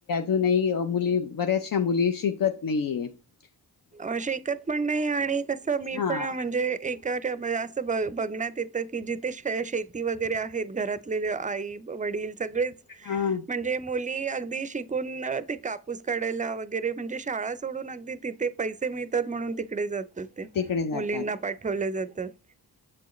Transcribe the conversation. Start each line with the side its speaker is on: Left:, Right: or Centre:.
Left: नाही,, मुली, बऱ्याचशा मुली शिकत नाहीयेत
Right: अ शीकत पण नाही आणि कसं मी
Left: हा
Right: पण म्हणजे एका असं ब बघण्यातऽऽ की जिथे शेती वगैरे आहेत घरातले आई, वडील सगळेच,,
Left: हा
Right: म्हणजे मुलऽऽ अगदी शिकून ते कापूस काढायला,, वगैरे म्हणजे शाळा सोडून अगदीऽऽ ते पैसे मिळतात म्हणून तिकडे जातात ते,,
Left: तिकडे जातात
Right: मुलींना पाठवलं जातं ते ऽऽ